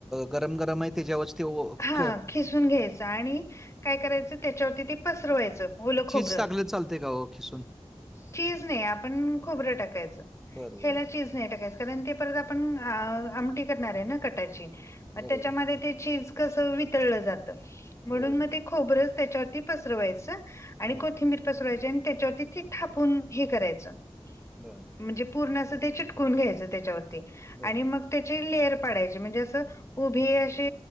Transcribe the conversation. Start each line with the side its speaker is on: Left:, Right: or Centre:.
Centre: गरम गरम आहे त्याच्यावरच. ते ओ
Left: हा
Centre: क
Left: खिसून घ्यायचं, आणि काय करायचं त्याच्यावरती ते पसरवायचं. ओलं
Centre: चीज
Left: खोबरं
Centre: टाकलं तर चालतय का ओ खिसून?
Left: चीज नाही आपण खोबरं टाकायचं,
Centre: बरं, बरं,
Left: ह्याला
Centre: बरं.
Left: चीज चीज नाही टाकायच. कारण ते परत आपण आमटी करणार आहे. ना कटाची म
Centre: बरोबर,
Left: त्याच्यामध्ये ते चीज कस वितळलं जातं, म्हणून
Centre: बरोबर.
Left: मग ते खोबरच त्याच्यावरती पसरवायचं. आणि
Centre: हां.
Left: कोथिंबीर पसरवायची, आणि त्याच्यावरती ते थापून हे करायचं.
Centre: बर.
Left: म्हणजे पूर्ण असं ते चिटकून घ्यायचं त्याच्यावरती
Centre: बरं,
Left: आणि मग त्याचे लेअर पाडायची म्हणजे असं उभी अशी